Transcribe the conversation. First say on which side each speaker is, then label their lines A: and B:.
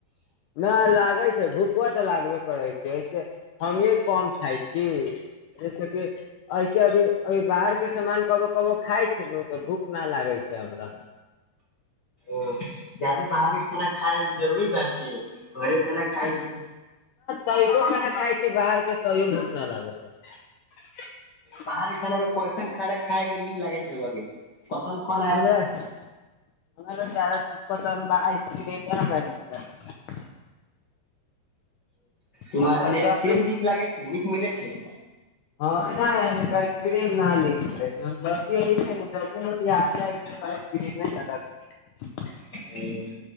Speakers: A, on the left; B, on the left.
A: नहि लागै छै भूखवा तऽ लागबे करै छै हमहीं कम खाइ छी जैसे क ऐसे अभी अभी बाहर के सामान कबो कबो खााय छै ने तऽ भूख न लागे कब जा हमरा
B: ओ अथी बाहरी खाना खायल जरूरी बात छै घरे खाना खाय छिये
A: तनिको खाना खाइ छी बाहर के तैयो भूखना लागै छै।
B: बाहरी खाना मे कइसन खाना खायके नीक लागै छै रउआ के पसन्द कोन आय
A: हमरा
B: छै खाना
A: हमरा चार <unintelligible> पसन्द बा आइसक्रीमे हमरा केँ
B: हीयां
A: हम तऽ
B: एने
A: जब
B: आइसक्रीम
A: भी
B: नीक लागे छै नीक मिले छै
A: हँ नहि आइसक्रीम ना नीक लगे छै हम जब भी आबै छिये न क <unintelligible>
B: हँ